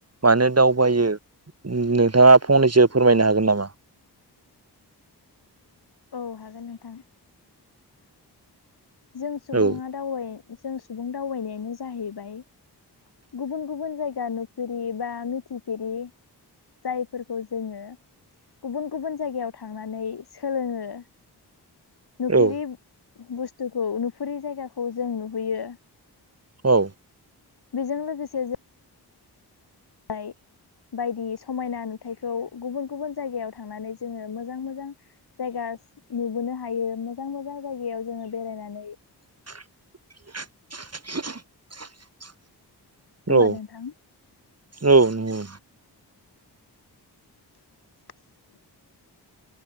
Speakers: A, on the right; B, on the left.
A: मानो दावबायो ओ नोंथाङा फंनैसो फोरमायनो हागोन नामा?
B: औ हागोन नोंथां। जों सुबुङा
A: औ
B: दावबाय जों सुबुं दावबायनायानो जाहैबाय गुबुन गुबुन जायगा नुफेरि बा मिथिफेरि जायफोरखौ जोङो गुबुन गुबुन जायगायाव थांनानै सोलोङो नुफेरै
A: औ
B: बुस्थुखौ नुफेरै जायगाखौ जों नुहैयो
A: औ
B: बेजों लोगोसे जों <unintelligible> हाय बायदि समायना नुथायखौ गुबुन गुबुन जायगायाव थांनानै जोङो मोजां मोजां जायगा नुबोनो हायो मोजां मोजां जायगायाव जोङो बेरायनानै
A: <inaudible>
B: होमबा
A: औ
B: नोंथां
A: औ नंगौ।
B: <inaudible>